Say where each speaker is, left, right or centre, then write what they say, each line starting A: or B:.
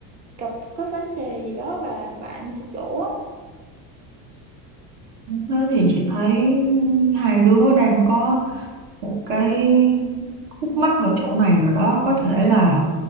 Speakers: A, on the right (about 20°); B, on the right (about 70°).
A: gặp cái vấn đề gì đó và bạn sụp đổ á.
B: Thế thì chị thấy hai đứa đang có một cái khúc mắc ở chỗ này rồi đó có thể là